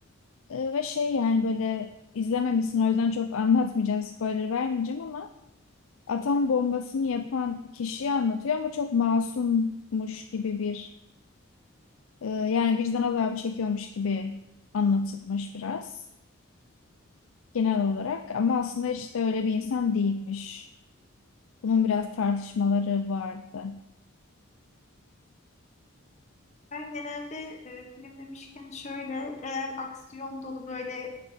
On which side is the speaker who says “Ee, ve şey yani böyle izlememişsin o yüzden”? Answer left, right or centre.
Left